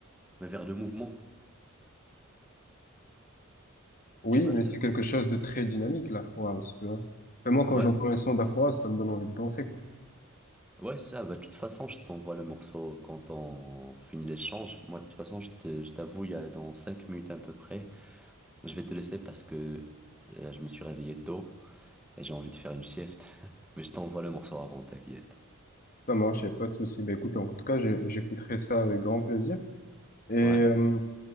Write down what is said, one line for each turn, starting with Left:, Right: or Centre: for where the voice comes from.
Centre: mais vers le mouvement.
Left: Oui,
Centre: Tu vois,
Left: mais
Centre: ça-
Left: c'est quelque chose de très dynamique, l'afro house, tu vois. Et moi, quand
Centre: ouais.
Left: j'entends un son d'afro house, ça me donne envie de danser, quoi.
Centre: Ouais, c'est ça. Bah, de toute façon, je t'envoie le morceau quand on finit l'échange. Moi, de toute façon, je te- je t'avoue, il y a dans 5 minutes à peu près. Je vais te laisser parce que euh, je me suis réveillé tôt et j'ai envie de faire une sieste. <laughs> Mais je t'envoie le morceau avant, t'inquiète.
Left: Ça marche, y a pas de souci. Bah écoute, en tout cas, j'ai- j'écouterai ça avec grand plaisir. Et euh,
Centre: Ouais.